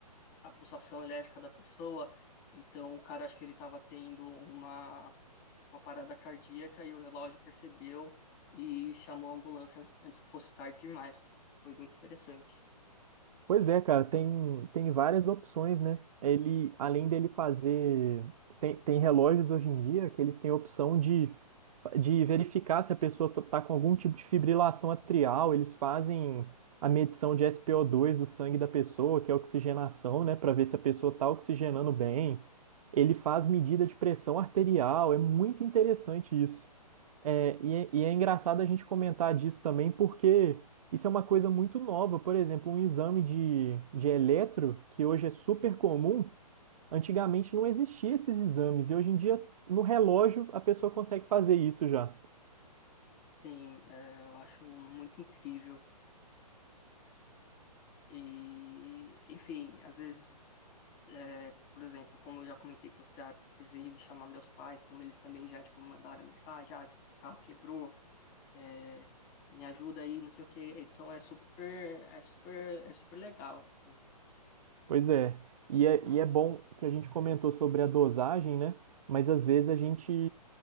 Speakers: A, on the left (about 30°); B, on the right (about 60°).
A: a pulsação elétrica da pessoa. Então, o cara, acho que ele estava tendo uma, uma parada cardíaca e o relógio percebeu e chamou a ambulância antes antes que fosse tarde demais. Foi muito interessante.
B: Pois é, cara, tem, tem várias opções, né? Ele, além dele fazer. Tem, tem relógios hoje em dia que eles têm a opção de, de verificar se a pessoa to- tá com algum tipo de fibrilação atrial, eles fazem a medição de spo dois do sangue da pessoa, que é a oxigenação, né, para ver se a pessoa tá oxigenando bem. Ele faz medida de pressão arterial, é muito interessante isso. É, e, é e é engraçado a gente comentar disso também, porque isso é uma coisa muito nova. Por exemplo, um exame de, de eletro, que hoje é super comum, antigamente não existia esses exames, e hoje em dia, no relógio, a pessoa consegue fazer isso já.
A: Sim, é, eu acho muito incrível. E, enfim, às vezes, é, por exemplo, como eu já comentei com você, ah, precisei chamar meus pais, como eles também já, tipo, mandaram mensagem, ah, tipo, o carro quebrou, é, me ajuda aí, não sei o quê. Então é super, é super, é super legal, assim.
B: Pois é. E é, e é bom que a gente comentou sobre a dosagem, né? Mas às vezes a gente,